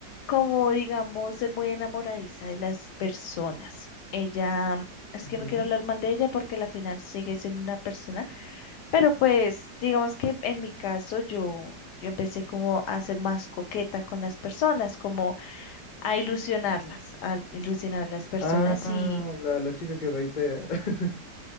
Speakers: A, on the left (about 70°); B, on the left (about 55°).
A: como digamos, ser muy enamoradiza de las personas. Ella, es
B: Ujú.
A: que no quiero hablar mal de ella porque al final sigue siendo una persona, pero pues digamos que en mi caso yo, yo empecé como a ser más coqueta con las personas, como a ilusionarlas, a ilusionar a las personas
B: Ah,
A: y
B: la, la chica que baitea. <laughs>